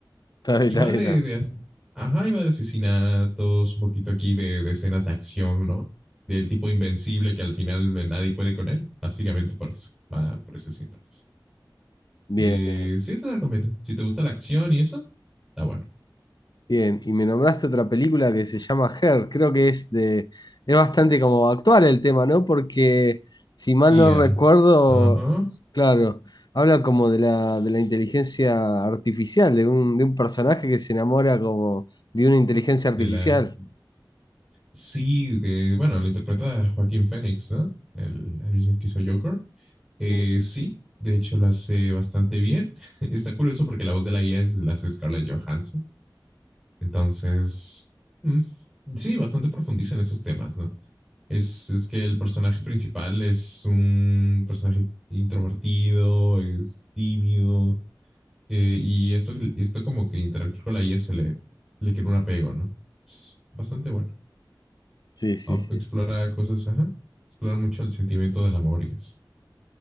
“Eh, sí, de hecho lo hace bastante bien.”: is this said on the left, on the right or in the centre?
Centre